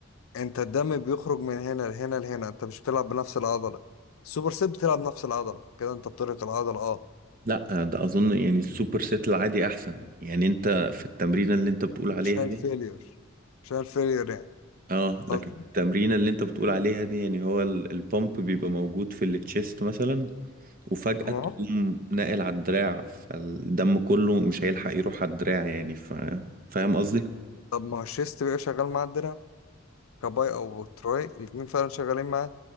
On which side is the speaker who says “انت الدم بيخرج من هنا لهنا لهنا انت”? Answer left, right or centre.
Left